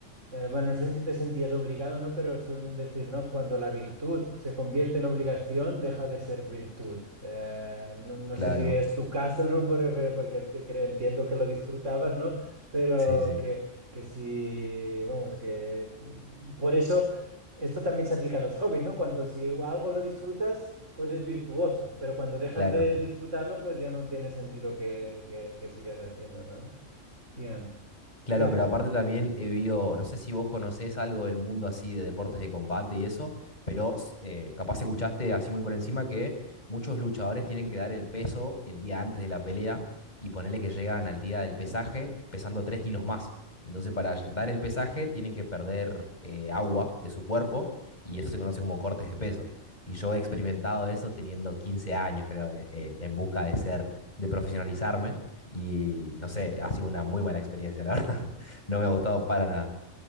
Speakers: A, on the right (about 70°); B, on the left (about 35°).
A: eh, bueno, no sé si te sentías obligado o no, pero suelen decir, ¿no? Cuando la virtud se convierte en obligación, deja de ser virtud. Eh, no, no
B: Claro,
A: sé si es tu caso, ¿no? <laughs> Por- por- Porque, te cre- entiendo que lo disfrutabas, ¿no? Pero
B: sí, sí,
A: que, que sí, vamos, que mm, por eso esto también se aplica a los hobbies, ¿no? Cuando si algo lo disfrutas, pues es virtuoso, pero cuando dejas
B: claro.
A: de disfrutarlo, pues ya no tiene sentido que, que, que sigas haciéndolo, ¿no? Ya,
B: Claro,
A: ya,
B: pero
A: p-
B: aparte también he visto, no sé si vos conocés algo del mundo así de deportes de combate y eso, pero eh, capaz escuchaste así muy por encima que muchos luchadores tienen que dar el peso el día antes de la pelea y ponerle que llegan al día del pesaje pesando 3 kilos más. Entonces para ll- dar el pesaje tienen que perder eh, agua de su cuerpo y eso se conoce como cortes de peso. Y yo he experimentado eso teniendo 15 años, creo, eh, eh, en busca de ser, de profesionalizarme y no sé,
A: hostia.
B: ha sido una muy mala experiencia, la verdad. <laughs> No me
A: ya.
B: ha gustado para nada.